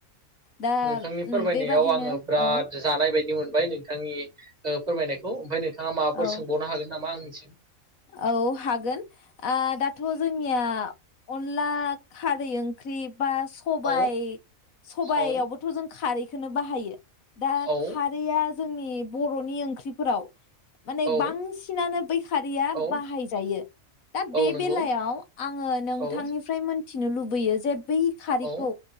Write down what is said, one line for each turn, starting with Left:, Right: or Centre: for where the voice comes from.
Left: दा
Right: नोंथांनि फोरमायनायाव
Left: उम बेबादिनो
Right: आङो बिराद
Left: औ
Right: जानाय बायदि। दि मोनबाय नोंथांनि औ फोरमायनायखौ, ओमफ्राय नों थांङा माबाफोर
Left: औ
Right: सोंबावनो हागोन नामा आंनिसिम?
Left: औ हागोन आ दाथ' जोंनिया अनला खारै ओंख्रि। बा सब
Right: औ
Left: सबयावबोथ'
Right: औ
Left: जों खारै। खोनो बाहायो। दा
Right: औ
Left: खारैया जों। जोंनि बर'नि ओंख्रिफोराव। माने
Right: औ
Left: बांसिनानो बै खारिया
Right: औ
Left: बाहाय जायो, दा बे
Right: औ नंगौ
Left: बेलायाव आङो नोंथांनिफ्राय
Right: औ
Left: मोन मिथिनो लुबैयो जे बै खारिखौ
Right: औ